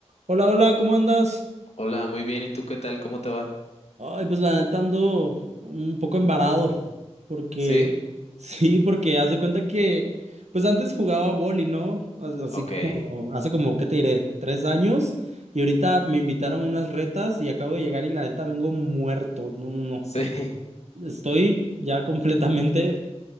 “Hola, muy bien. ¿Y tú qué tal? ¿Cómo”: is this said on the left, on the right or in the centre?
Left